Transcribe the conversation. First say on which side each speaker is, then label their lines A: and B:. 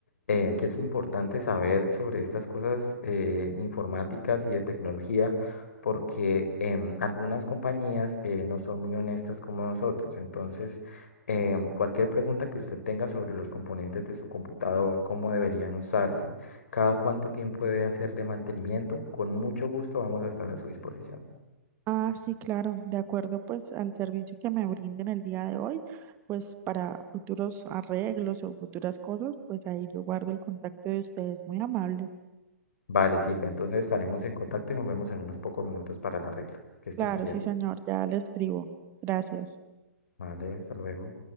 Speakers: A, on the left; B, on the right.
A: eh, que es importante saber sobre estas cosas eh, informáticas y de tecnología, porque em, algunas compañías eh, no son muy honestas como nosotros. Entonces, em, cualquier pregunta que usted tenga sobre los componentes de su computador, cómo deberían usarse, cada cuánto tiempo debe hacerle mantenimiento, con mucho gusto vamos a estar a su disposición.
B: Ah, sí, claro, de acuerdo pues al servicio que me brinden el día de hoy, pues para futuros arreglos o futuras cosas, pues ahí yo guardo el contacto de ustedes, muy amable.
A: Vale, Silvia, entonces estaremos en contacto y nos vemos en unos pocos minutos para el arreglo. Que estés
B: Claro,
A: bien.
B: sí, señor, ya le escribo. Gracias.
A: Vale, hasta luego.